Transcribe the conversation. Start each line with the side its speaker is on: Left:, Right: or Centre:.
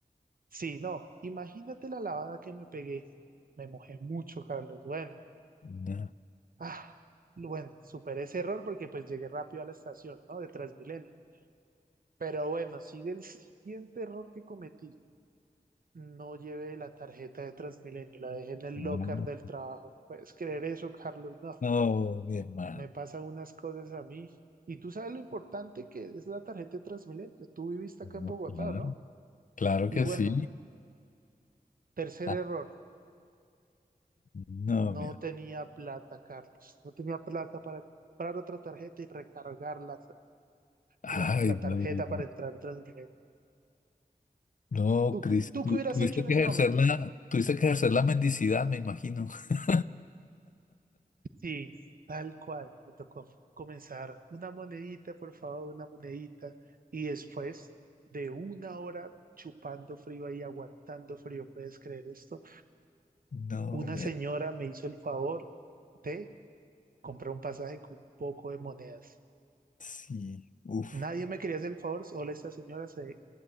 Right: Sí, no, imagínate la lavada que me pegué. Me mojé mucho, Carlos. Bueno.
Left: No,
Right: Ah, bueno, superé ese error porque pues llegué rápido a la estación, ¿no? De Transmilenio. Pero bueno, sigue el siguiente error que cometí. No llevé la tarjeta de Transmilenio, la dejé en el
Left: claro.
Right: locker del trabajo. ¿Puedes creer eso, Carlos? No,
Left: no, mi hermano.
Right: me pasan unas cosas a mí. Y tú sabes lo importante que es la tarjeta de Transmilenio. Tú viviste acá en
Left: No,
Right: Bogotá,
Left: claro,
Right: ¿no?
Left: claro
Right: Y
Left: que
Right: bueno,
Left: sí.
Right: tercer
Left: Ah,
Right: error.
Left: No,
Right: No
Left: mi hermano.
Right: tenía plata, Carlos. No tenía plata para comprar otra tarjeta y recargarla.
Left: Ay,
Right: la, la tarjeta
Left: no digo.
Right: para entrar a Transmilenio.
Left: No,
Right: ¿Tú,
Left: Cris,
Right: qué- tú
Left: tu-
Right: qué hubieras
Left: tuviste
Right: hecho en
Left: que
Right: ese
Left: ejercer
Right: momento?
Left: la, tuviste que ejercer la mendicidad, me imagino. <laughs>
Right: Sí, tal cual, me tocó comenzar una monedita, por favor, una monedita. Y después de una hora chupando frío ahí, aguantando frío, ¿puedes creer esto?
Left: No,
Right: Una
Left: mi
Right: señora
Left: hermano.
Right: me hizo el favor de comprar un pasaje con un poco de monedas.
Left: Sí, uf,
Right: Nadie me quería hacer el favor, solo esta señora se,